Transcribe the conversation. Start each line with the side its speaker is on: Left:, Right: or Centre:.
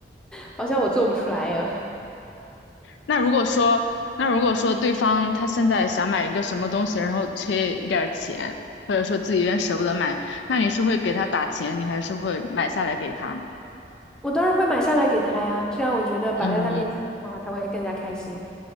Centre: 好像我做不出来呀。
Left: 那如果说，那如果说对方他现在想买一个什么东西，然后缺一点儿钱，或者说自己有点舍不得买，那你是会给他打钱，你还是会买下来给他？
Centre: 我当然会买下来给他呀，这样我觉得摆在他面前的话，
Left: 嗯
Centre: 他会更加开心。